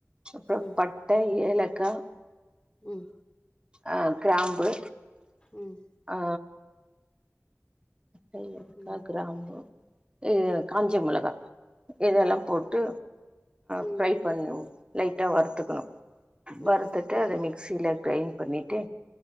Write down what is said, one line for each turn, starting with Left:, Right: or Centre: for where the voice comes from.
Right: அப்புறம்
Left: ம்.
Right: பட்டை ஏலக்காய்
Left: ம்
Right: அ கிராம்பு
Left: ம்.
Right: ஆ பட்ட ஏலக்கா
Left: ம்.
Right: கிராம்பு அ காஞ்ச மொளகா இதெல்லாம்
Left: ம். ம்.
Right: போட்டு
Left: ம்.
Right: ஃப்ரை பண்ண லைட்டாக வறுத்துக்கணும்
Left: ம்.
Right: வறுத்துட்டு அது மிக்சியில் கிரைண்ட் பண்ணிட்டு